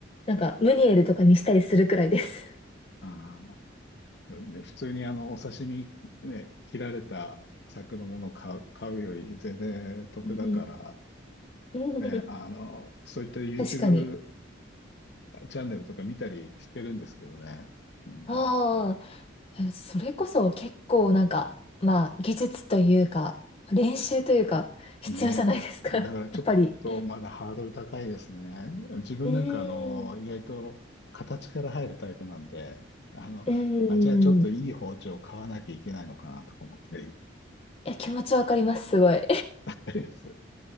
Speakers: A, on the left; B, on the left.
A: なんか、ムニエルとかにしたりするくらいです。
B: ああ、でもね、普通にあの、お刺身ね、切られた柵のものを買う、買うより全然得だから、
A: うん。うん
B: ね、
A: <laughs>
B: あの、そういった YouTube
A: 確かに。
B: チャンネルとか見たりしてるんですけどね。うん、
A: ああ、えそれこそ結構なんか、まあ、技術というか、練習というか、必要じゃないですか。
B: ね、だからちょっとまだハードル高いですね。
A: <laughs> やっぱり。
B: 自分なんかあの、
A: うーん。
B: 意外と形から入るタイプなんで、あの、
A: うーん。
B: あ、じゃあちょっといい包丁を買わなきゃいけないのかなとか思って。
A: いや、気持ちわかります、すごい。
B: <laughs>